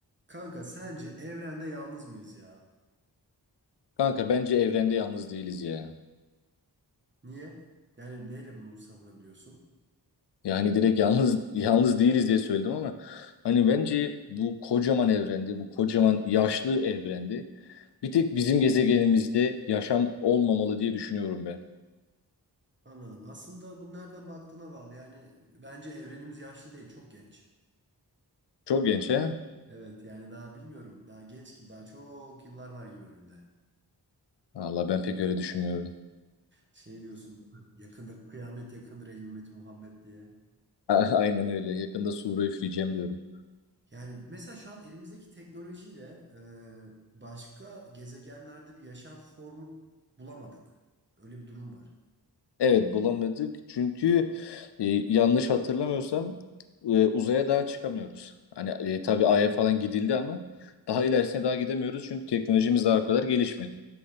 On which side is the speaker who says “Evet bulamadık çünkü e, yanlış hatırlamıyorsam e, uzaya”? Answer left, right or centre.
Left